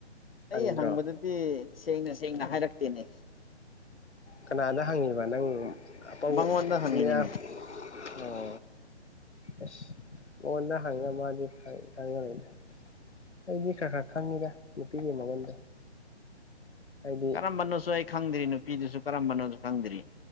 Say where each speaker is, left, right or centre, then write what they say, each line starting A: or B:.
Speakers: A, on the left; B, on the left.
A: ꯍꯪꯗ꯭ꯔꯣ
B: ꯑꯩ ꯍꯪꯕꯗꯗꯤ ꯁꯦꯡꯅ ꯁꯦꯡꯅ ꯍꯥꯏꯔꯛꯇꯦꯅꯦ
A: ꯀꯅꯥꯗ ꯍꯪꯉꯤꯕ ꯅꯪ ꯑꯄꯥ
B: ꯃꯉꯣꯟꯗ ꯍꯪꯉꯤꯅꯤꯅꯦ
A: ꯃ ꯑꯣ ꯑꯁ ꯃꯉꯣꯟꯗ ꯍꯪꯉ ꯃꯥꯅꯤ ꯈꯪꯉꯅꯤꯗ ꯑꯩꯗꯤ ꯈꯔ ꯈꯔ ꯈꯪꯉꯤꯔ ꯅꯨꯄꯤꯒꯤ ꯃꯒꯨꯟꯗꯣ ꯍꯥꯏꯗꯤ
B: ꯀꯔꯝꯕꯅꯣꯁꯨ ꯑꯩ ꯈꯪꯗ꯭ꯔꯤ ꯅꯨꯄꯤꯗꯨꯁꯨ ꯀꯔꯝꯕꯅꯣꯁꯨ ꯈꯪꯗ꯭ꯔꯤ